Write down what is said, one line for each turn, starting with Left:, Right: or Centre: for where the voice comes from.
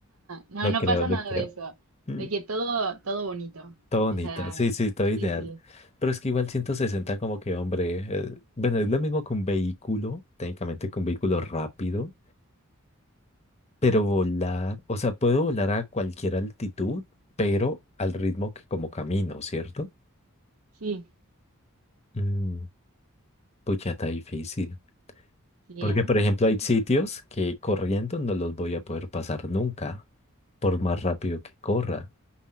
Right: no,
Left: No
Right: no
Left: creo,
Right: pasa
Left: no
Right: nada
Left: creo.
Right: de eso.
Left: Mm,
Right: De que todo, todo bonito.
Left: Todo bonito,
Right: O sea,
Left: sí, sí, todo
Right: sí,
Left: ideal.
Right: sí,
Left: Pero es que igual 160 como que, hombre, eh, bueno, es lo mismo que un vehículo, técnicamente que un vehículo rápido, pero volar, o sea, puedo volar a cualquier altitud, pero al ritmo que como camino, ¿cierto?
Right: sí,
Left: Mm, pucha, está difícil.
Right: sí,
Left: Porque,
Right: ¿eh?
Left: por ejemplo, hay sitios que corriendo no los voy a poder pasar nunca, por más rápido que corra,